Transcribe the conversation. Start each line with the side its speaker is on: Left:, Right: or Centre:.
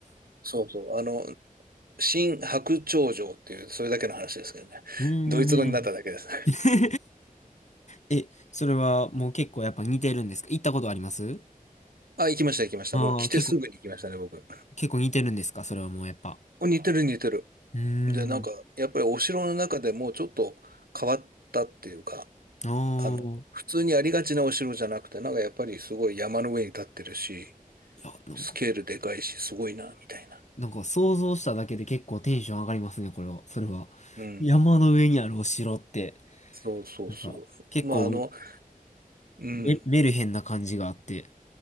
Right: そうそう。あの、新白鳥城っていう、それだけの話ですけどね。
Left: <laughs> うーん。
Right: ドイツ語になっただけです。
Left: <laughs> え、それはもう結構やっぱ似てるんですか行ったことあります
Right: あ、行きました、行きました。
Left: ああー、
Right: もう来てすぐに行きましたね、
Left: 結構、
Right: 僕。
Left: 結構似てるんですかそれはもうやっぱ。
Right: お似てる、似てる。
Left: うー
Right: で、なんか、
Left: ん。
Right: やっぱりお城の中でもうちょっと変わったっていうか、
Left: ああ。
Right: あの、普通にありがちなお城じゃなくて、なんかやっぱりすごい山の上に立ってるし、
Left: いや、なんか、
Right: スケールでかいし、すごいな、みたいな。
Left: なんか想像しただけで結構テンション上がりますね、これは。それは。
Right: うん。
Left: 山の上にあるお城って。
Right: そうそうそう。
Left: なんか、結構
Right: まあ、あの、うん、
Left: メ、メルヘンな感じがあって。